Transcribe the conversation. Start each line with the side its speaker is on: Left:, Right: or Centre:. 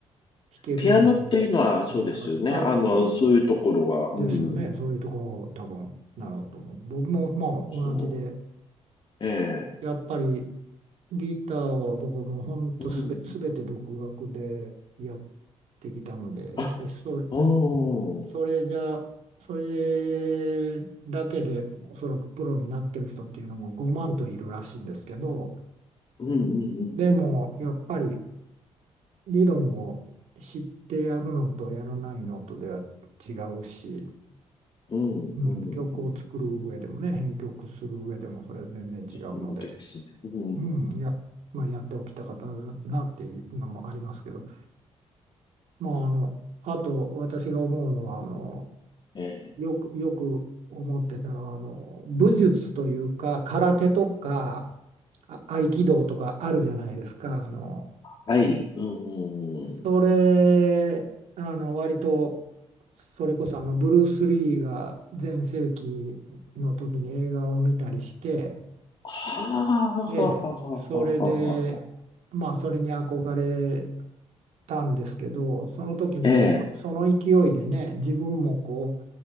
Right: 弾けるように
Left: ピアノっていうのはそうですよね。
Right: なりたかったっていう、
Left: あの、そういうところは、うん。
Right: ですよね。そういうところを多分、なると思う。僕もまあ、
Left: そ
Right: 同じで、
Left: う。ええ。
Right: やっぱりギターは僕もほんとすべ、
Left: うん。
Right: すべて独学でやってきたので、やっぱりそれ、
Left: あ、うん。
Right: それじゃ、それだけでおそらくプロになってる人っていうのも5万といるらしいんですけど、
Left: うんうん
Right: でもやっぱり理論を知ってやるのとやらないのとでは違うし、
Left: うんうん。
Right: うん、曲を作る上でもね、
Left: うんうんうんうん。
Right: 編曲する上でもそれは全然違うので。
Left: そうですね。うん。
Right: うん、いや、まあ、やっておきたかったなっていうのもありますけど、まあ、あの、あと私が思うのは、あの、
Left: ええ。
Right: よく、よく思ってたのは、あの、武術というか、空手とか、あ合気道とかあるじゃないですか。あの、
Left: はい。うんうんうん。
Right: それ、あの、割と、それこそ、あの、ブルース・リーが全盛期の時に映画を見たりして、
Left: はあ、はあ、
Right: で、
Left: はあ、はあ、
Right: それで、
Left: はあ、はあ。
Right: まあ、それに憧れたんですけど、その時にもそ、
Left: ええ。
Right: その勢いでね、自分もこ